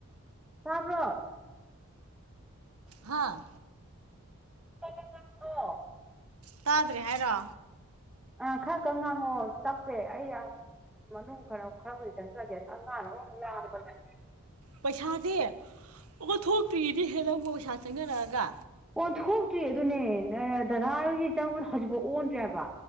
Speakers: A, in the centre; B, on the right.
A: ꯇꯥꯕ꯭ꯔꯣ
B: ꯍꯥꯥ
A: ꯉꯉꯣ
B: ꯇꯥꯗ꯭ꯔꯦ ꯍꯥꯏꯔꯣ
A: ꯑ ꯈꯔ ꯈ ꯉꯥꯡꯉꯣ ꯇꯞꯄꯦ ꯑꯩ ꯃꯅꯨꯡ ꯈꯔ ꯈꯔꯕꯨꯗꯤ ꯆꯪꯖꯒꯦ ꯑꯉꯥꯡꯅꯣ ꯂꯥꯡꯕꯗ
B: ꯄꯩꯁꯥꯖꯦ ꯑꯣꯟꯊꯣꯛꯇ꯭ꯔꯤꯅꯦ ꯍꯦ ꯅꯪꯕꯣ ꯄꯩꯁꯥ ꯆꯪꯅꯔꯛꯑꯒ
A: ꯑꯣꯟꯊꯣꯛꯇ꯭ꯔꯤ ꯑꯗꯨꯅꯦ ꯅꯪ ꯗꯗꯥ ꯍꯣꯏꯒꯤ ꯆꯪꯕꯗꯣ ꯍꯧꯖꯤꯛꯐꯥꯎ ꯑꯣꯟꯗ꯭ꯔꯤ ꯍꯥꯏꯕ